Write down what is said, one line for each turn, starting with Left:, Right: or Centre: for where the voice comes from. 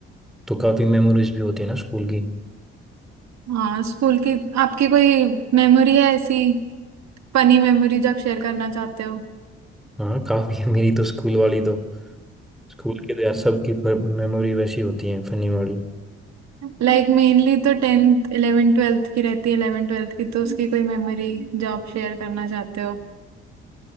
Centre: तो काफ़ी मेमोरीज भी होती है ना स्कूल की
Right: हाँ स्कूल की आपकी कोई मेमोरी है ऐसी फनी मेमोरी जो आप शेयर करना चाहते हो
Centre: हाँ काफ़ी है मेरी तो स्कूल वाली तो स्कूल के तो यार सबकी मेमोरी वैसी होती है फनी वाली
Right: लाइक मेनली तो टेंथ इलेवेंथ ट्वेल्थ की रहती है इलेवेंथ ट्वेल्थ की तो उसकी कोई मेमोरी जो आप शेयर करना चाहते हो